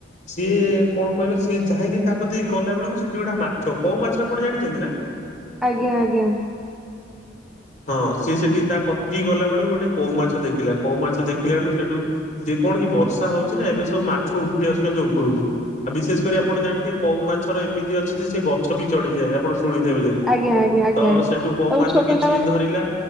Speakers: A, on the left; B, in the centre.
A: ସିଏ କଣ କହିଲ ସିଏ ଯାଇକି ତା କତି ଗଲା ବେଳକୁ ସେଠି ଗୋଟେ ମାଛ କଉ ମାଛ ଆପଣ ଜାଣିଛନ୍ତି ନା?
B: ଆଜ୍ଞା ଆଜ୍ଞା।
A: ହଁ ସିଏ ସେଠି ତା କତିକି ଗଲା ବେଳୁ ଗୋଟେ କୋଉ ମାଛ ଦେଖିଲା କଉ ମାଛ ଦେଖିଲା ଠୁ ସେଠୁ ସେ କଣ କି ବର୍ଷା ହଉଛି ନା ଏବେ ସବୁ ମାଛ ଉଠି ଆସୁଛନ୍ତି ଉପୁରୁକୁ। ଆଉ ବିଶେଷ କରି ଆପଣ ଜାଣିଥିବେ କୋଉ ମାଛର ଏମିତି ଅଛି ଯେ ସେ ଗଛ ବି ଚଢିଯାଏ ଆପଣ ଶୁଣିିଥିବେ ଯଦି
B: ଆଜ୍ଞା ଆଜ୍ଞା ଆଜ୍ଞା ଆଜ୍ଞା
A: ତ ସେଠୁ କଉ
B: ସବୁ
A: ମାଛ
B: ଛୋଟ
A: କିଛି
B: ଛୁଆ ମାନେ
A: ଧରିଲା